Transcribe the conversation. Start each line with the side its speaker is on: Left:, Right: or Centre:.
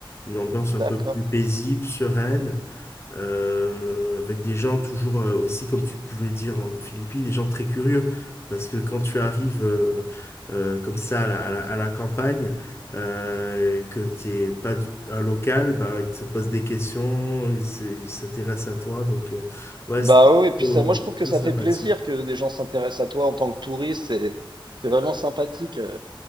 Left: une ambiance
Right: D'accord.
Left: un peu plus paisible, sereine euh, avec des gens toujours euh, aussi, comme tu pouvais dire en Philippines, des gens très curieux. Parce que quand tu arrives euh, euh, comme ça à la, à la- à la campagne, euh, et que tu n'es pas du- un local, bah, ils te posent des questions, ils se- ils s'intéressent à toi. Donc, euh, ouais,
Right: Bah
Left: c'était
Right: oui, oui, et puis
Left: plutôt,
Right: ça, moi je trouve que
Left: plutôt
Right: ça
Left: sympathique.
Right: fait plaisir que des gens s'intéressent à toi en tant que touriste, c'est c'est vraiment sympathique. euh.